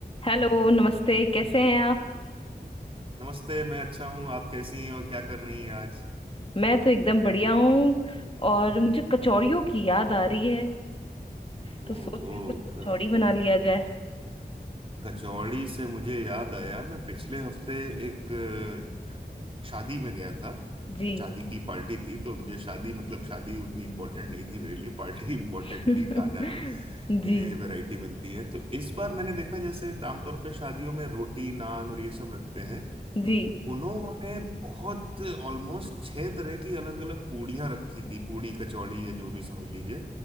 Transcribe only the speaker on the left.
Hello नमस्ते कैसे हैं आप
मैं तो एकदम बढ़िया हूँ और मुझे कचौड़ियों की याद आ रही है तो
सोच रही हूँ कुछ कचौड़ी
बना लिया जाए
जी
<laughs>
जी
जी